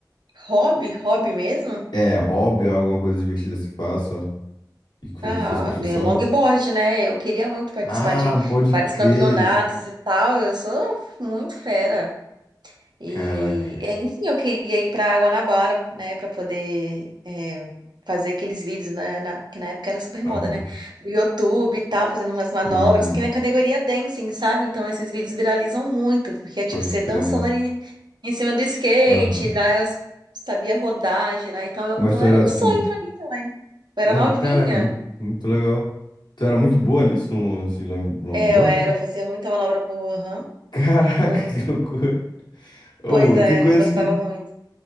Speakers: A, on the right; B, on the left.
A: hobby, hobby mesmo.
B: É, hobby, alguma coisa divertida que você faça e que fo-
A: Ah,
B: fosse profissão?
A: né, longboard, né? Eu queria muito participar
B: Ah,
A: de
B: pode
A: vários
B: crer.
A: campeonatos e tal. Eu sou muito fera. E,
B: Caraca.
A: é, enfim, eu queria ir para Guanabara, né, para poder é, fazer aqueles vídeos na, na- que na época era super
B: Aham.
A: moda, né? Pro YouTube e tal, fazendo umas manobras,
B: Sim,
A: porque minha categoria é dancing, sabe? Então esses vídeos viralizam muito, porque é tipo
B: pode
A: você
B: crer.
A: dançando em, em cima do skate,
B: Aham.
A: lá eu sabia rodar, girar, então, eu-
B: Mas
A: então
B: tu
A: era
B: era,
A: um
B: tipo,
A: sonho para mim também. Eu era
B: ah,
A: novinha,
B: caraca, muito, muito legal. Tu era muito boa nisso, nesse long- longboard?
A: é, eu era, eu fazia muita manobra boa, aham,
B: Caraca,
A: muito.
B: <laughs> que loucura. Oh,
A: Pois é,
B: tem coisas
A: eu gostava
B: que.
A: muito.